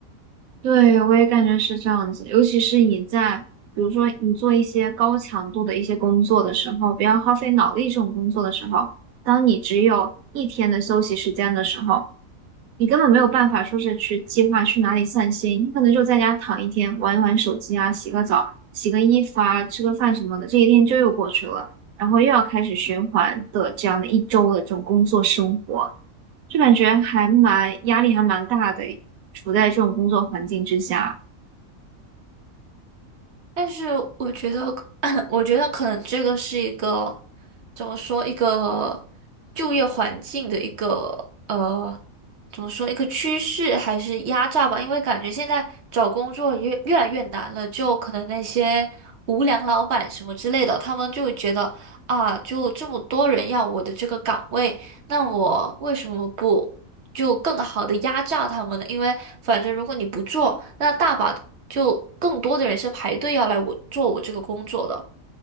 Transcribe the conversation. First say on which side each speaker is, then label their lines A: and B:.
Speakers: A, on the right; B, on the right.
A: 对，我也感觉是这样子，尤其是你在，比如说你做一些高强度的一些工作的时候，不要耗费脑力这种工作的时候，当你只有一天的休息时间的时候，你根本没有办法说是去计划去哪里散心，你可能就在家躺一天，玩一玩手机啊，洗个澡，洗个衣服啊，吃个饭什么的，这一天就又过去了，然后又要开始循环的这样的一周的这种工作生活，就感觉还蛮压力还蛮大的，处在这种工作环境之下。
B: 但是我觉得，<coughs> <clears throat> 我觉得可能这个是一个怎么说，一个就业环境的一个呃。怎么说一个趋势还是压榨吧，因为感觉现在找工作越越来越难了，就可能那些无良老板什么之类的，他们就会觉得啊，就这么多人要我的这个岗位，那我为什么不就更好的压榨他们呢？因为反正如果你不做，那大把就更多的人是排队要来我做我这个工作的。